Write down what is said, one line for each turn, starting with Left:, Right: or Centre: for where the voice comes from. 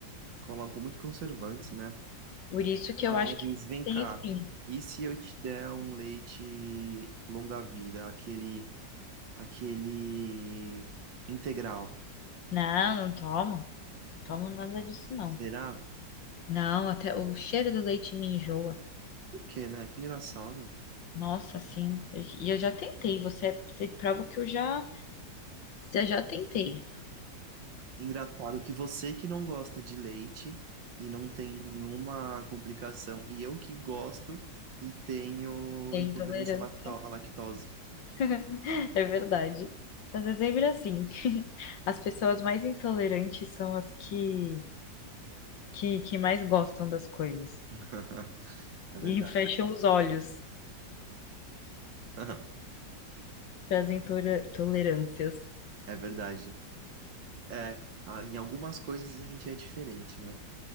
Right: colocam muito conservantes, né?
Left: por isso
Right: Mas
Left: que eu acho que
Right: vem
Left: tem
Right: cá.
Left: espinho.
Right: E se eu te der um leite longa-vida, aquele, aquele integral?
Left: Não, não tomo. Não tomo nada disso, não.
Right: Será?
Left: Não, até o cheiro do leite me enjoa.
Right: Por quê, né? Que engraçado.
Left: Nossa, sim. E eu, já tentei. Você é você é prova que eu já, eu já tentei.
Right: Engraçado que você que não gosta de leite e não tem nenhuma complicação, e eu que gosto e tenho
Left: É
Right: intolerância
Left: intolerante.
Right: à lacto- à lactose.
Left: <laughs> É verdade. Mas é sempre assim. <laughs> As pessoas mais intolerantes são as que, que, que mais gostam das coisas.
Right: <laughs> É verdade.
Left: E <laughs> fecham os olhos
Right: <laughs>
Left: para as intolerâncias.
Right: É verdade. É, a- em algumas coisas a gente é diferente, né?